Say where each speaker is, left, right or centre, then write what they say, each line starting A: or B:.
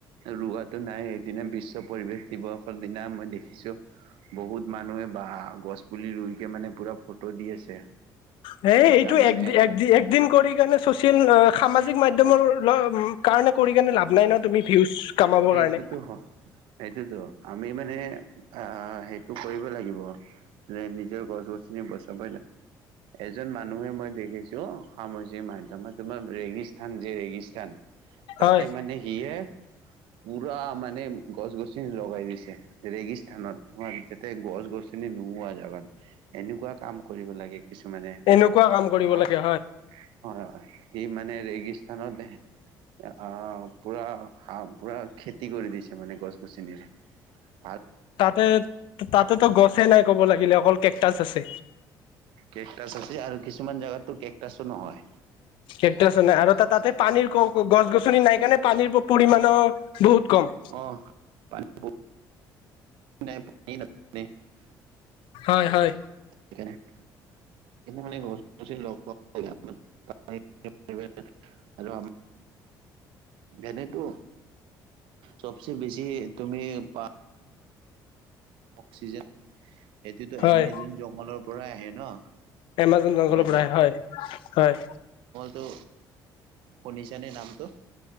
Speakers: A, on the right; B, on the left.
A: ৰোৱাটো নাই সেইদিনা বিশ্ব পৰিৱেশ দিৱসৰ দিনা মই দেখিছোঁ। বহুত মানুহে বা গছ পুলি ৰুইকে মানে পুৰা ফটো দি আছে।
B: হে
A: একদম
B: এইটো
A: মানে
B: এক এক একদিন কৰি কেনে। চ'চিয়েল সামাজিক মাধ্যমৰ কাৰণে কৰি কিনে লাভ নাই ন তুমি। ভিউজ কামাবৰ
A: এইটোতো
B: কাৰণে
A: সেইটোতো। আমি মানে অ সেইটো কৰিব লাগিব যে নিজৰ গছ গছনি বচাব এজন মানুহে মই দেখিছো সামাজিক মাধ্যমত তোমাৰ ৰেগিস্থান যে ৰেগিস্থান। তাতে
B: হয়
A: মানে কি হয় পুৰা মানে গছ গছনি লগাই দিছে ৰেগিস্থানত। তোমাৰ যাতে গছ গছনি নুমোৱা জগত এনেকুৱা কাম কৰিব লাগে। কিছুমানে
B: এনেকুৱা কাম কৰিব
A: হয়
B: লাগে
A: হয়। সি মানে ৰেগিস্থনত আহ পুৰা হা পুৰা খেতি কৰি দিছে মানে গছ গছৰ।
B: তাতে তাতেতো গছে নাই ক'ব লাগিলে অকল কেকটাচ আছে।
A: কেকটচ আছে আৰু কিছুমান জোগাতো কেকটাচো নহয়।
B: কেকটাচো নাই আৰু তাতে পানীৰ গছ গছনি নাই কাৰণে পানীৰ পৰিমাণো বহুত কম।
A: অ <unintelligible>
B: হয় হয়।
A: <unintelligible> মানে গছ গছ লগত <unintelligible> আৰু আম এনেতো চবচে বেছি তুমি পা অক্সিজেন সেইটোতো
B: হয়
A: এমেজন জংগলৰ পৰাই আহে ন'।
B: এমাজন জংগলৰপৰা
A: কোৱা
B: আহে হয় হয়।
A: তো শুনিছানে নামটো?